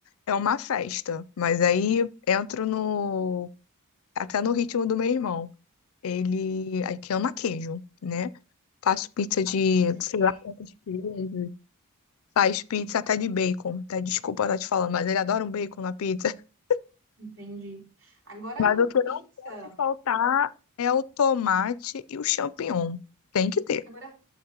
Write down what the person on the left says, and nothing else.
é uma festa. Mas aí entro no até no ritmo do meu irmão. Ele aí que ama queijo, né? Faço pizza de,
sei lá quantos queijos. Faz pizza até de bacon. Até desculpa estar te falando, mas ele adora um bacon na pizza. <laughs>
Mas o que
não pode faltar é o tomate e o champignon. Tem que ter.